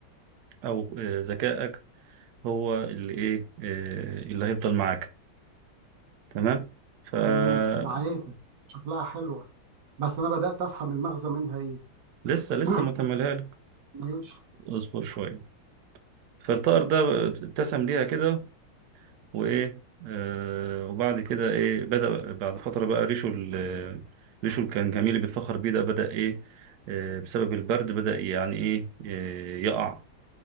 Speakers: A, on the right (about 75°); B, on the right (about 55°).
A: او آه، ذكائك هو اللي ايه آه، اللي هيفضل معاك تمام فلسه
B: تمام معاك شكلها حلوة بس انا بدات افهم المغزى منها ايه
A: لسه لسه
B: <coughs>
A: ما كملها لك
B: <clears throat> ماشي
A: اصبر شويه فالطائر ده ابتسم ليها كده وايه آه وبعد كده ايه بدأ بعد فتره بقى ريشه ال- ريشه اللي كان جميل اللي بيتفخر بيه ده بدأ ايه آه بسبب البرد بدأ يعني ايه آه، يقع